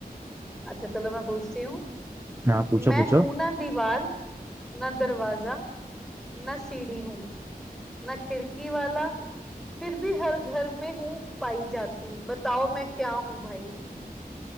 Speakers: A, in the centre; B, on the right.
A: अच्छा चलो मैं पूछती हूँ
B: हाँ पूछो
A: मैं
B: पूछो
A: हूं ना दीवार ना दरवाजा ना सीढ़ी हूँ ना खिड़की वाला फिर भी हर घर में हूँ पाई जाती बताओ मैं क्या हूँ भाई